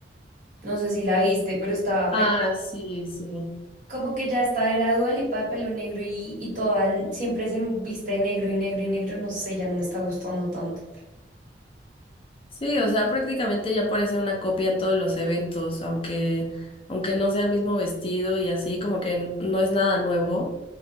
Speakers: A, on the right (about 45°); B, on the left (about 30°).
A: No sé si la viste, pero estaba re...
B: Ah, sí, sí.
A: Como que ya esta era Dua Lipa de pelo negro y, y toda n- siempre se viste de negro y negro y negro, no sé, ya no me está gustando tanto.
B: Sí, o sea, prácticamente ya parece una copia en todos los eventos, aunque, aunque no sea el mismo vestido y así, como que n- no es nada nuevo.